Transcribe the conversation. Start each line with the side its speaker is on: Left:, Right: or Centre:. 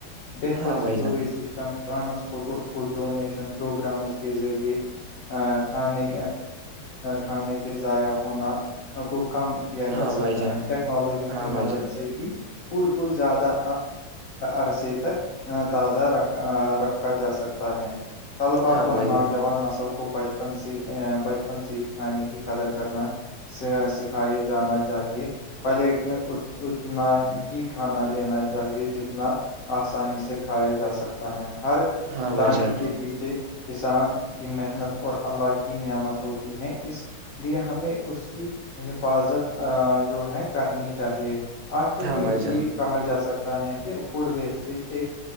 Left: بہتروری
Right: ہاں بھائی جان
Left: م ٹرانسپورٹ اور فڈ ڈونیشن پروگرامز کے ذریعے کھانے کھانے کے ضائع ہونا کو کم کیا جا
Right: ہاں
Left: سکتا
Right: بھائی جان
Left: ہے ٹیکنالوجی کی
Right: ہاں بھائی
Left: مدد
Right: جان
Left: سے فوڈ کو زیادہ عرصے تک تازہ رکھ رکھا جا سکتا ہے طلبا
Right: ہاں
Left: اور
Right: بھائی
Left: نوجوان
Right: جان
Left: نسل کو کو بچپن سے بچپن سے ہی کھا نے کی قدر کرنا سے سکھائی جانا چاہیے پلیٹ میں نہ ہی کھانا لینا چاہیے جتنا آسانی سے کھایا جا سکتا ہے ہر
Right: ہاں بھائی
Left: دانی
Right: جان
Left: کے پیچھے کسان کی محنت اور اللہ کی نعمت ہوتی ہے اس ج ہمیں اس کی حفاظت جو ہے کرنی چاہیے آخر
Right: ہاں
Left: میں
Right: بھائی جان ہاں بھائی جان
Left: یہ کہا جا سکتا ہے کہ فوڈ ویسٹیج ایک